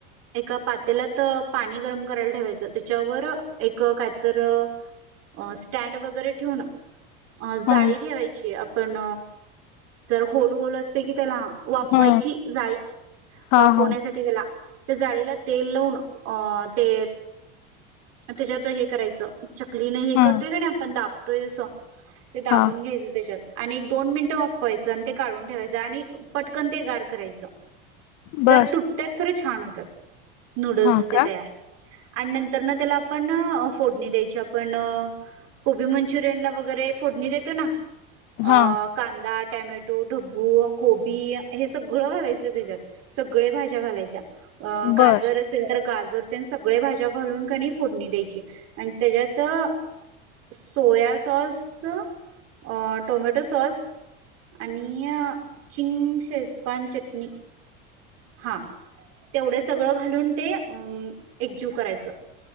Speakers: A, on the right; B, on the left.
A: एका पातेलात पाणी गरम करायला ठेवायचं त्याच्यावर एक कायतर अ स्टँड वगैरे ठेवून अ जाळी
B: हा
A: ठेवायची आ पण जर होल होल असतय की त्याला वाफवायची
B: हा
A: जाळी
B: हा
A: वाफवण्यासाठी
B: हा
A: त्याला त्या जाळीला तेल लावून अ ते त्याच्यात हे करायचं चकलीन हे
B: हा
A: करतोय का नाही आपण दाब <unintelligible> ते दाबून
B: हा
A: घ्यायचं त्याच्यात आणि एक दोन मिनिटं वाफवायचं आणि ते काढून ठेवायचं आणि पटकन ते गार करायचं
B: बर
A: जर तुटत्यात खरच छान होत्यात. नूडल्स
B: हा
A: ते
B: का
A: तयार आन नंतर तर ना त्याला आपण फोडणी द्यायची आपण कोबी मंचुरियन ला वगैरे फोडणी देतो ना अ
B: हा
A: कांदा टॅमॅटो ढब्बू कोबी हे सगळं घालायचं त्याच्यात सगळे भाज्या घालायच्या. अ गाजर
B: बर
A: असेल तर गाज जर तेन सगळे भाज्या घालून का नाही फोडणी द्यायची आणि त्याच्यात तर सोया अस अ टोमॅटो सॉस आणि चिंग शेजवान चटणी हा तेवढच सगळं घालून ते अम एकजीव करायचं.